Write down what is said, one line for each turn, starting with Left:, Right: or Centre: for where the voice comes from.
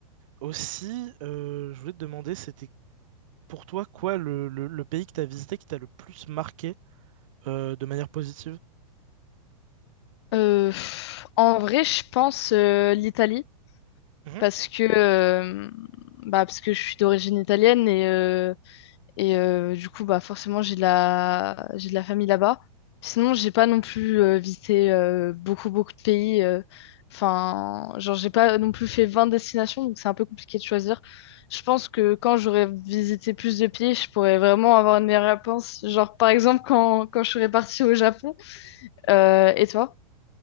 Right: aussi, euh, je voulais te demander, c'était pour toi, quoi, le, le- le pays que tu as visité qui t'a le plus marqué euh, de manière positive?
Left: Euh, pff, en vrai, je pense euh, l'Italie,
Right: Mhm.
Left: parce que, euh, bah, parce que je suis d'origine italienne et, euh, Et euh, du coup, bah, forcément, j'ai de la... j'ai de la famille là-bas. Sinon, j'ai pas non plus euh, visité euh, beaucoup, beaucoup de pays. euh. Enfin, genre, j'ai pas non plus fait 20 destinations, donc c'est un peu compliqué de choisir. Je pense que quand j'aurais visité plus de pays, je pourrais vraiment avoir une meilleure réponse. Genre, par exemple, quand, quand je serais partie au Japon. Euh, et toi?